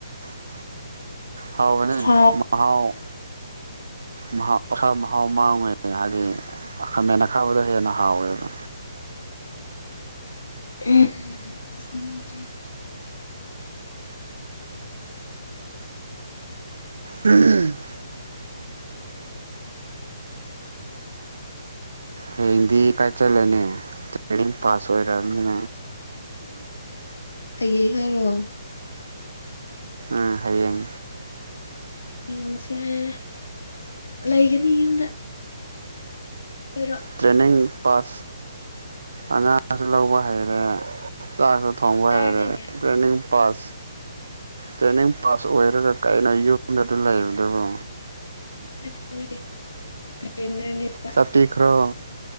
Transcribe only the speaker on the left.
ꯁꯥ
ꯎꯝ <unintelligible>
ꯍꯥꯌꯦꯡ ꯍꯥꯏꯔꯣ
ꯍꯌꯦꯡꯁꯦꯂꯩꯒꯅꯤ ꯌꯨꯝꯗ ꯀꯣꯏꯔꯣ
ꯇ꯭ꯔꯦꯟꯅꯔꯅꯤꯅꯦ
<unintelligible>